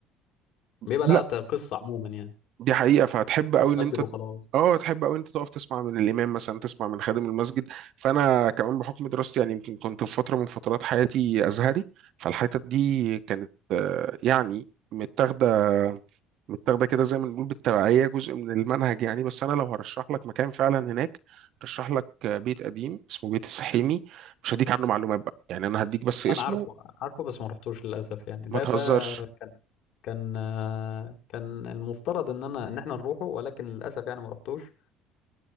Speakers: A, on the left; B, on the right.
A: بيبقى
B: م.
A: لها ت- قصة عموما يعني
B: دي حقيقة فهتحب قوي
A: مش
B: ان
A: مسجد
B: انت
A: وخلاص
B: اه تحب قوي انت تقف تسمع من الامام مثلا تسمع من خادم المسجد فانا كمان بحكم دراستي يعني يمكن كنت في فترة من فترات حياتي ازهري فالحتت دي كانت آه، يعني متاخدة متاخدة كده زي ما بنقول بالتبعية جزء من المنهج يعني بس انا لو هرشح لك مكان فعلا هناك رشح لك آه، بيت قديم اسمه بيت السحيمي مش هديك عنه معلومات بقى يعني انا هديك بس
A: لا
B: اسمه
A: انا عارفه عارفه بس ما رحتوش للاسف يعني
B: ما
A: ده
B: تهزرش
A: ده كان كان آه، كان المفترض ان انا ان احنا نروحه ولكن للاسف يعني ما رحتوش